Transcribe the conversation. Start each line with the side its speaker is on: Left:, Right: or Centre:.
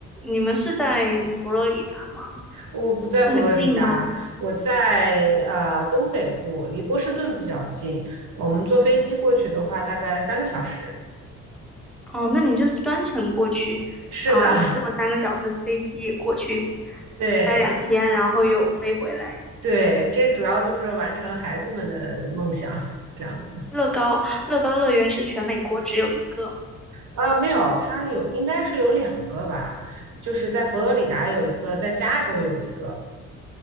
Centre: 你们是在佛罗里达吗？
Right: 我不在佛罗里达，
Centre: 是很近吗？
Right: 我在呃东北部，离波士顿比较近。我们坐飞机过去的话，大概三个小时。
Centre: 哦，那你就是专程过去，
Right: 是的，
Centre: 嗯，坐三个小时飞机过去，
Right: <laughs> 对
Centre: 待两天，然后又飞回来。
Right: 对，这主要就是完成孩子们的梦想，这样子。
Centre: 乐高乐高乐园是全美国只有一个。
Right: 啊，没有，它有应该是有两个吧，就是在佛罗里达有一个，在加州有一个，